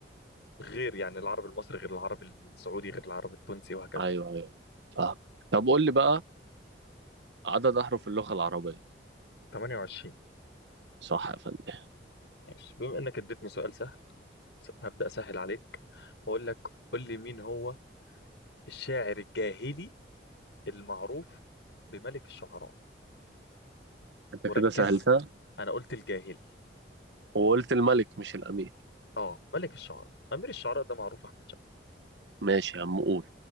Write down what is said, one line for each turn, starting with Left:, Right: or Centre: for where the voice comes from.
Left: غير يعني العربي المصري غير العربي السعودي غير العربي التونسي وهكذا
Right: ايوه
Left: يعني
Right: ايوه فاهم طب قول لي بقى عدد احرف اللغه العربيه
Left: 28
Right: صح يا فندم
Left: ماشي بما انك اديتني سؤال سهل هبدأ أسهل عليك وأقول لك قول لي مين هو الشاعر الجاهلي المعروف بملك الشعراء
Right: انت
Left: وركز
Right: كده سهلتها
Left: أنا قلت الجاهلي
Right: وقلت الملك مش الامير
Left: آه ملك الشعراء أمير الشعراء ده معروف أحمد شد
Right: ماشي يا عم قول